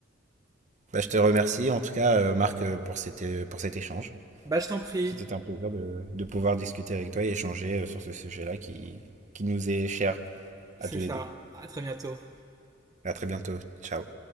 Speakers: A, on the right (about 40°); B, on the right (about 20°).
A: Bah, je te remercie, en tout cas, euh, Marc, euh, pour cette euh, pour cet échange.
B: Bah, je t'en prie.
A: C'était un plaisir de, de pouvoir discuter avec toi et échanger euh, sur ce sujet-là qui, qui nous est cher
B: C'est
A: à tous
B: ça.
A: les deux.
B: À très bientôt.
A: À très bientôt. Ciao.